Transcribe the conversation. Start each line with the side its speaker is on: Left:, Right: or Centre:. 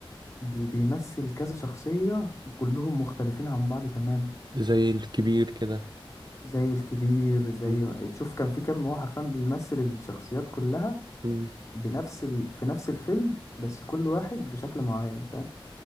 Left: بي- بيمثل كذا شخصية كلهم مختلفين عن بعض تماما
Right: زي الكبير كده
Left: زي الكبير زي
Right: مم.
Left: تشوف كان في كام هو حرفيا بيمثل الشخصيات كلها
Right: مم.
Left: بنفس ال... في نفس الفيلم بس كل واحد بشكل معين فاهم